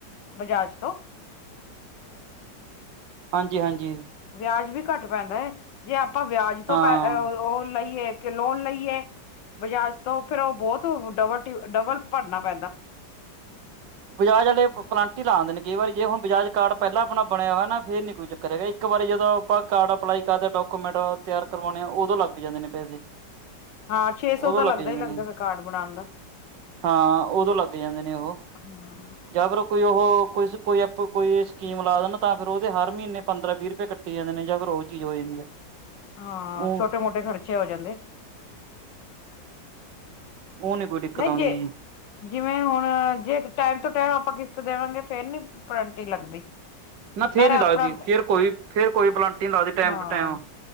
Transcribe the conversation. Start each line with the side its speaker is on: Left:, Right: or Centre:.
Left: ਬਜਾਜ ਤੋਂ।
Right: ਹਾਂਜੀ ਹਾਂਜੀ।
Left: ਵਿਆਜ ਵੀ ਘੱਟ ਪੈਂਦਾ ਹੈ, ਜੇ ਆਪਾਂ ਵਿਆਜ
Right: ਹਾਂ
Left: ਤੋਂ ਉਹ ਲਈਏ ਲੋਨ ਲਈਏ ਬਜਾਜ ਤੋਂ ਫਿਰ ਉਹ ਬਹੁਤ ਡਬਲ ਡਬਲ ਭਰਨਾ ਪੈਂਦਾ।
Right: ਬਜਾਜ ਵਾਲੇ ਪਲਾਂਨਟੀ ਲਾ ਦਿੰਦੇ ਨੇ ਕਈ ਵਾਰੀ, ਜੇ ਹੁਣ ਬਜਾਜ ਕਾਰਡ ਪਹਿਲਾਂ ਆਪਣਾ ਬਣਿਆ ਹੋਇਆ ਨਾ ਫੇਰ ਨੀ ਕੋਈ ਚੱਕ ਕਰੇ ਇੱਕ ਵਾਰੀ ਜਦੋਂ ਆਪਾਂ ਕਾਰਡ ਅਪਲਾਈ ਕਰਦੇ ਡਾਕੂਮੈਂਟ ਤਿਆਰ ਕਰਵਾਉਣੇ ਆ ਉਦੋਂ ਲੱਗ ਜਾਂਦੇ ਨੇ ਪੈਸੇ।
Left: ਹਾਂ ਛੇ
Right: ਉਦੋਂ
Left: ਸੌ ਤਾਂ
Right: ਲੱਗ
Left: ਲੱਗਦਾ
Right: ਜਾਂਦੇ
Left: ਹੀ ਲੱਗਦਾ
Right: ਨੇ
Left: ਫਿਰ ਕਾਰਡ ਬਣਾਉਣ ਦਾ
Right: ਹਾਂ, ਉਦੋਂ ਲੱਗ ਜਾਂਦੇ ਨੇ ਉਹੋ
Left: <inaudible>
Right: ਜਾਂ ਫਿਰ ਕੋਈ ਉਹ ਕੋਈ ਕੋਈ ਸਕੀਮ ਲਾ ਦੇਣ ਤਾਂ ਫ਼ਿਰ ਉਹਦੇ ਹਰ ਮਹੀਨੇ ਪੰਦਰਾਂ ਵੀਹ ਰੁਪਏ ਕੱ ਟੇ ਜਾਣੇ ਨੇ ਜਾਂ ਫਿਰ ਉਹ ਚੀਜ਼ ਹੋ ਜਾਂਦੀ ਆ।
Left: ਹਾਂ,
Right: ਉਹ
Left: ਛੋਟੇ ਮੋਟੇ ਖਰਚੇ ਹੋ ਜਾਂਦੇ।
Right: <unintelligible>
Left: ਨਹੀਂ
Right: ਆਉਂਦੀ
Left: ਜੇ
Right: ਜੀ
Left: ਜਿਵੇਂ ਹੁਣ ਜੇ ਟਾਈਮ ਤੋਂ ਟਾਈਮ ਆਪਾਂ ਕਿਸ਼ਤ ਦੇਵਾਂਗੇ ਫੇਰ ਨੀ ਪਨੇਲਟੀ ਲੱਗਦੀ।
Right: ਨਾ ਫੇਰ
Left: ਨਾਲੇ
Right: ਨੀ
Left: ਆਪਣਾ
Right: ਲੱਗਦੀ, ਫੇਰ ਕੋਈ ਫੇਰ ਕੋਈ ਪਨੇਲਟੀ ਨੀ ਲੱਗਦੀ ਟਾਈਮ
Left: ਹਾਂ
Right: ਟੂ ਟਾਈਮ।